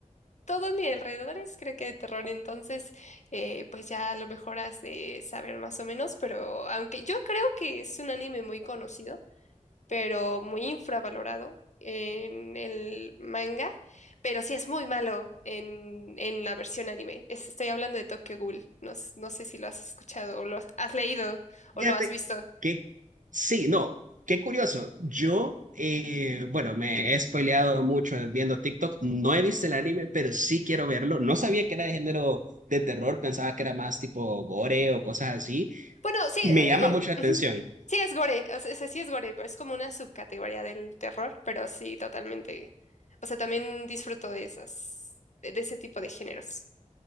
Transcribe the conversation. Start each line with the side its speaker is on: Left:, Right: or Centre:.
Left: todo a mi alrededor es creo que de terror. Entonces, eh, pues ya a lo mejor has de saber más o menos. Pero aunque yo creo que es un anime muy conocido, pero muy infravalorado en el manga. Pero sí es muy malo en, en la versión anime. Es- estoy hablando de Tokyo Ghoul. No, s- no sé si lo has escuchado o lo has has leído
Right: Fíjate
Left: o lo has visto.
Right: que sí, no, qué curioso. Yo, eh, bueno, me he spoileado mucho viendo TikTok. No he visto el anime, pero sí quiero verlo. No sabía que era de género de terror, pensaba que era más tipo gore o cosas así.
Left: Bueno, sí,
Right: Me
Left: eh,
Right: llama mucho la
Left: ujú.
Right: atención.
Left: sí es gore, o sea, sí es gore, pero es como una subcategoría del terror, pero sí, totalmente. O sea, también disfruto de esas, de ese tipo de géneros,